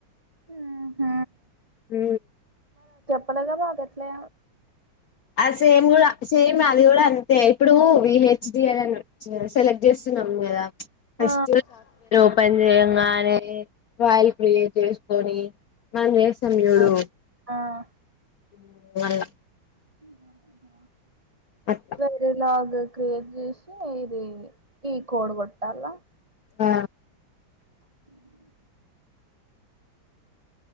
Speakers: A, on the right; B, on the left.
A: ఉహ్
B: ఉ
A: పడగదా అదేట్లే
B: అది సేమ్ కూడా సేమ్ అది కూడా అంతే ఇప్పుడు వి హెచ్డి ఎలన్ చేస్ సెలెక్ట్ చేస్తున్నాం కదా ఫస్ట్
A: ఆ
B: <inaudible> పని చేయంగానే వాయిల్ క్రియే చేసుకొని మనం చేస్తాం చూడు
A: ఆ ఆ
B: ఉ మల్ల
A: హు ఆమా
B: అట్లా
A: వేరిలాగ్ ది క్రియేట్ చేసి ఇది ఈ కోడ్ కొట్టల్ల
B: ఆ
A: హూ